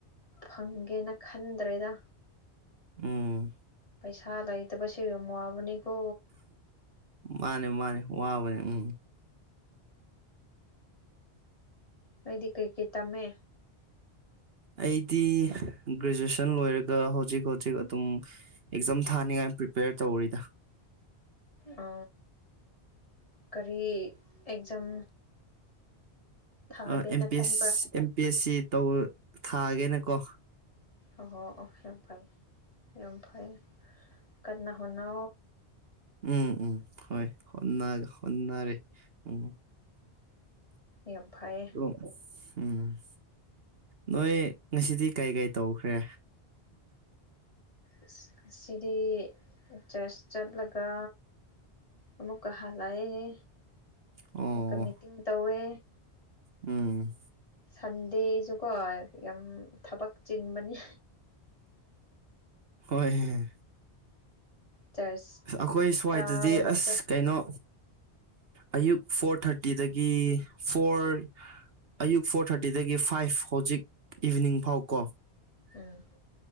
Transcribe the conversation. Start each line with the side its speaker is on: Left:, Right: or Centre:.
Left: ꯐꯪꯒꯦꯅ ꯈꯟꯗ꯭ꯔꯦꯗ
Right: ꯎꯝ
Left: ꯄꯩꯁꯥ ꯂꯩꯇꯕ ꯃꯕꯅꯤꯀꯣ
Right: ꯃꯥꯅꯦ ꯃꯥꯅꯦ ꯋꯥꯕꯅꯤ ꯎꯝ
Left: ꯅꯣꯏꯗꯤ ꯀꯩꯀꯩ ꯇꯝꯃꯦ
Right: ꯑꯩꯗꯤ ꯒ꯭ꯔꯦꯖꯨꯑꯦꯁꯟ ꯂꯣꯏꯔꯒ ꯍꯧꯖꯤꯛ ꯍꯧꯖꯤꯛ ꯑꯗꯨꯝ ꯑꯦꯛꯖꯥꯝ ꯊꯥꯅꯤꯡꯉꯥꯏ ꯄ꯭ꯔꯤꯄꯦꯌꯔ ꯇꯧꯔꯤꯗ
Left: ꯑ ꯀꯔꯤ ꯑꯦꯛꯖꯥꯝ ꯊꯥꯒꯦꯅ
Right: ꯑꯦꯝ ꯄꯤ
Left: ꯈꯟꯕ꯭ꯔꯥ
Right: ꯑꯦꯁ ꯑꯦꯝ ꯄꯤ ꯑꯦꯁ ꯁꯤ ꯇꯧ ꯊꯥꯒꯦꯅ ꯀꯣ
Left: ꯑꯣꯍ ꯑꯣꯍ ꯑ ꯐ ꯑꯝ ꯐꯩ ꯀꯥꯟꯅꯥ ꯍꯣꯅ
Right: ꯎꯝ ꯎꯝ ꯍ ꯍ ꯍꯟꯅꯔꯦ ꯎꯝ
Left: ꯌꯥꯝꯐꯥꯏ
Right: ꯎꯝ ꯅꯣꯏ ꯉꯁꯤꯗꯤ ꯀꯩ ꯀꯩ ꯇꯧꯈ꯭ꯔꯦ
Left: ꯑ ꯑꯁꯤꯗꯤ ꯆꯔꯆ ꯆꯠꯂꯒ ꯑꯃ ꯃꯨꯛꯀ ꯍꯥꯂꯥꯏ
Right: ꯑꯣ
Left: ꯑꯃꯨꯛꯀ ꯃꯤꯇꯤꯡ ꯇꯧꯋꯦ
Right: ꯎꯝ
Left: ꯁꯟꯗꯦꯁꯨꯀꯣ ꯌꯥꯝ ꯊꯕꯛ ꯆꯤꯟꯕꯅꯤ
Right: ꯍꯣꯏꯍꯣꯏ
Left: ꯆꯔꯆ
Right: ꯑꯩꯈꯣꯏ ꯁ꯭ꯋꯥꯏꯗꯗꯤ
Left: ꯀꯥꯕꯒꯤꯀꯣ
Right: ꯑꯁ ꯀꯩꯅꯣ ꯑꯌꯨꯛ ꯐꯣꯔ ꯊꯥꯔꯇꯤꯗꯒꯤ ꯐꯣꯔ ꯑꯌꯨꯛ ꯐꯣꯔ ꯊꯥꯔꯇꯤꯗꯒꯤ ꯐꯥꯏꯚ ꯍꯧꯖꯤꯛ ꯏꯚꯤꯅꯤꯡ ꯐꯥꯎ ꯀꯣ
Left: ꯎꯝ